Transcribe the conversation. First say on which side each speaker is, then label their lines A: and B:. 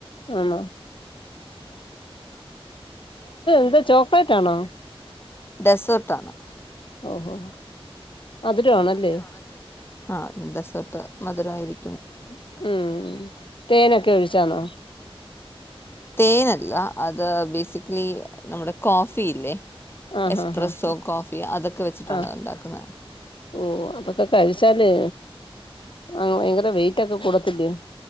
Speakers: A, on the left; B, on the left.
A: ആണോ? ഇത് ചോക്ലേറ്റാണോ?
B: ഡെസേർട്ടാണ്
A: ഓഹോ മധുരമാണല്ലേ
B: മധുരാണ് അല്ലേ? ആഹ് ഡെസേർട്ട് മധുരായിരി
A: ഉം തേനൊക്കെ ഒഴിച്ചാന്നോ
B: തേനല്ല അത് ബേസിക്കലി നമ്മുടെ കോഫിയില്ലേ?
A: ആഹ്
B: എസ്പ്രെസ്സോ
A: ആഹ് ആഹ്
B: കോഫി അതൊക്കെ വെച്ചിട്ടാണ്
A: ആഹ്
B: അതുണ്ടാക്കുന്നെ
A: ഓ അതൊക്കെ കഴിച്ചാലേ ആ വയങ്കര വെയിറ്റൊക്കെ കൂടത്തില്ലേ?